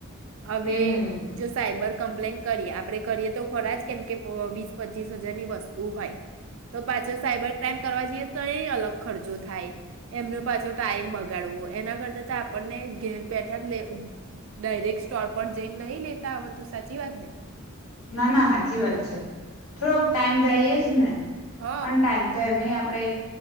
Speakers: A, on the right; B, on the left.
A: હવે
B: હમ
A: જો સાયબર કમ્પ્લેન કરીઆ આપણે કરીએ તો ખોરા જ કેમ કે પ વીસ પચીસ હજાર ની વસ્તુ હોય તો પાછો સાયબર ક્રાઈમ કરવા જઈએ તો એ અલગ ખર્ચો થાય. એમનો પાછો ટાઈમ બગાડવો એના કરતા તો આપણને ઘેર બેઠા લે ડાયરેક્ટ સ્ટો- પણ જેલ નહી લેતા આવડ તો સાચી વાત ને
B: ના ના સાચી વાત છે થોડોક ટાઈમ જાય એજ ને
A: હ
B: અને ટાઈમ તો એમે આપ આપણે